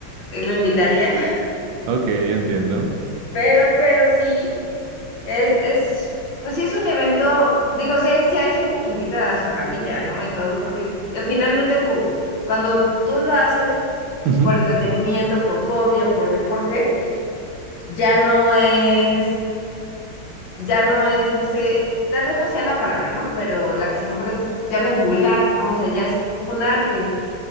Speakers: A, on the left; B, on the right.
A: lo invitaría,
B: Ok, entiendo.
A: Pero, pero sí, es, es, pues sí es un evento, digo, sí, hay sí hay gente que invita a su familia, ¿no? Y todo, porque te- finalmente cu- cuando tú lo haces
B: Ujú.
A: por entretenimiento, por hobby o por deporte, ya no es, ya no es, no sé, tal vez no sea la palabra, ¿no? Pero la que se me ocurre es, ya no es vulgar, ¿no? O sea, ya es un arte.